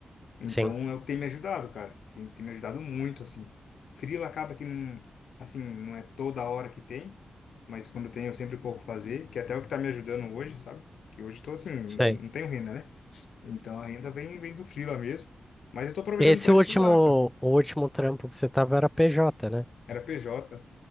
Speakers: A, on the left; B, in the centre.
A: Então
B: Sim,
A: é o que tem me ajudado, cara. Tem, tem me ajudado muito, assim. Freela acaba que não, assim, não é toda hora que tem, mas quando tem eu sempre corro fazer, que até é o que tá me ajudando hoje, sabe? Que hoje eu tô assim, não
B: sei.
A: não tenho renda, né? Então a renda vem, vem do freela mesmo. Mas eu tô aproveitando
B: Esse
A: para estudar,
B: último,
A: cara.
B: o último trampo que você tava era PJ, né?
A: Era PJ,